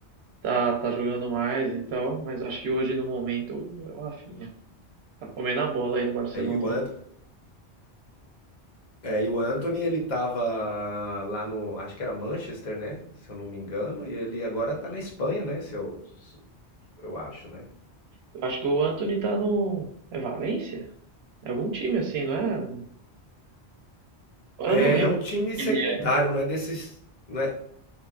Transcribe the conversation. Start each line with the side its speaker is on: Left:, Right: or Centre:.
Right: tá, tá jogando mais e tal, mas acho que hoje, no momento, o Rafinha tá comendo a bola aí no Barcelona.
Left: É, E o
Right: tá
Left: Anto,
Right: jogando.
Left: é, e o Antony, ele estava lá no, acho que era Manchester, né? Se eu não me engano, e ele agora está na Espanha, né? Se eu, se- eu acho, né?
Right: Eu acho que o Anthony tá no... É Valência? É algum time assim, não é? Agora
Left: É,
Right: eu não lembro.
Left: é um time
Right: Ele
Left: secundário,
Right: é-
Left: não é desses, não é,